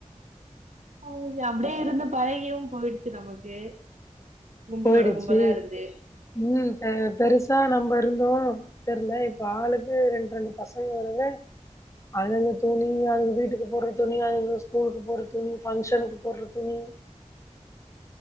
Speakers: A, on the right; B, on the left.
A: அவுங் அப்படியே இருந்து பழகியும் போயிடுச்சு நமக்கு கும்பலோட
B: போயிடுச்சு
A: கும்பலா இருந்து
B: ம் பெ பெருசா நம்ம இருந்தோ தெர்ல இப்ப ஆளுக்கு ரெண் ரெண்டு பசங்க வரேல அதுங்க துணி அதுங்க வீட்டுக்கு போட்ற துணி அதுங்க ஸ்கூலுக்கு போட்ற துணி ஃபங்க்ஷன்க்கு போட்ற துணி <unintelligible>